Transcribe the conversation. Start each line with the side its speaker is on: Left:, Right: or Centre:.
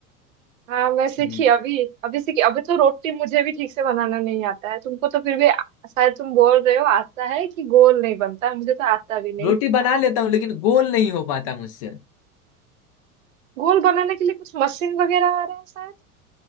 Right: हाँ मैं सीखी
Left: हम्म,
Right: अभी अभी सीखी अभी तो रोटी मुझे भी ठीक से बनाना नहीं आता है तुमको तो फिर भी आ- शायद तुम बोल रहे हो आता है कि गोल नहीं बनता मुझे तो आता भी नहीं
Left: रोटी बना लेता हूँ लेकिन गोल नहीं हो पाता मुझसे
Right: गोल बनाने के लिए कुछ मशीन वगैरह आ रहा है शायद